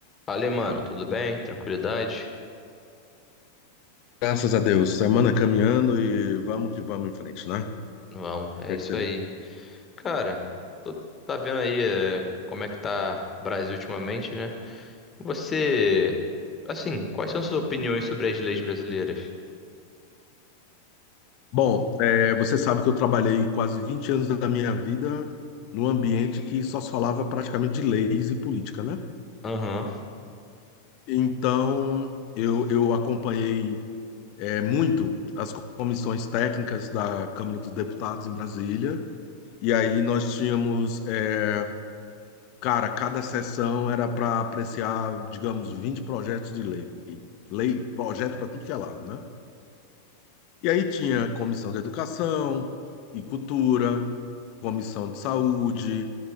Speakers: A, on the left; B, on the left.
A: Fala, mano, tudo bem? Tranquilidade?
B: Graças a Deus. Semana caminhando e vamos que vamos em frente, né? O
A: Vamos, é
B: que é
A: isso
B: que você...
A: aí. Cara, tu tá vendo aí eh, como é que tá o Brasil ultimamente, né? Você, assim, quais são suas opiniões sobre as leis brasileiras?
B: Bom, é, você sabe que eu trabalhei quase 20 anos da minha vida num ambiente que só se falava praticamente de leis e política, né?
A: Aham,
B: Então, eu, eu acompanhei é, muito as comissões técnicas da Câmara dos Deputados em Brasília. E aí nós tínhamos, é, cara, cada sessão era para apreciar, digamos, 20 projetos de lei. Lei, projeto para tudo que é lado, né? E aí tinha comissão de educação e cultura, comissão de saúde,